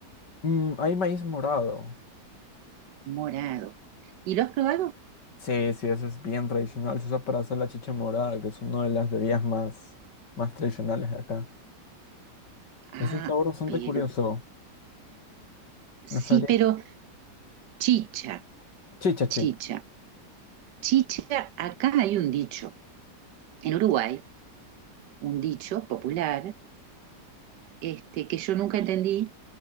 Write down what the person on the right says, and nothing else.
morado. ¿Y lo has probado?
Ah,
pero,
sí,
pero chicha,
chicha, chicha, acá hay un dicho, en Uruguay, un dicho popular, este, que yo nunca entendí,